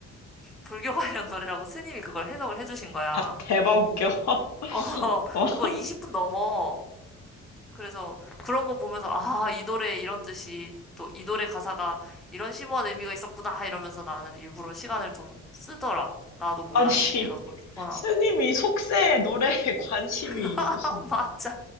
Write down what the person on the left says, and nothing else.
아, 대박 웃겨. <laughs>
어,
아니,
스님이
속세에 노래에 관심이
있으신